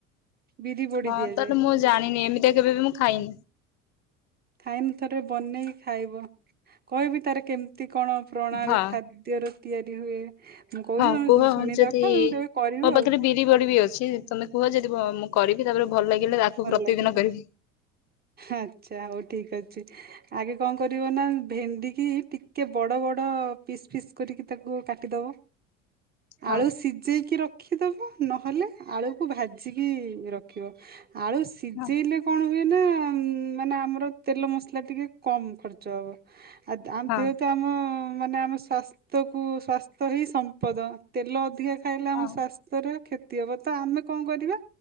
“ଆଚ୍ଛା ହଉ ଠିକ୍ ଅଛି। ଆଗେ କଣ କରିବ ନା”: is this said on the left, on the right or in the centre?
Right